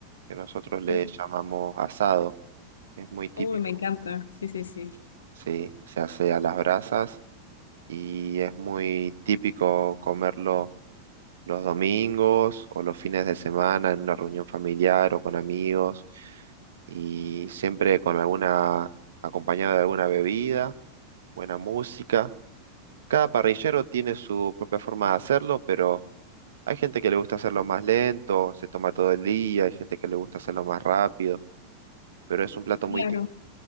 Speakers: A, on the right (about 60°); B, on the left (about 70°).
A: que nosotros le
B: Uy,
A: llamamos asado. Es muy típico,
B: uy, me encanta. Sí, sí, sí.
A: sí, se hace a las brasas y es muy típico comerlo los domingos o los fines de semana en una reunión familiar o con amigos y siempre con alguna, acompañado de alguna bebida, buena música. Cada parrillero tiene su propia forma de hacerlo, pero hay gente que le gusta hacerlo más lento, se toma todo el día, hay gente que le gusta hacerlo más rápido, pero es un plato
B: Claro.
A: muy... ti-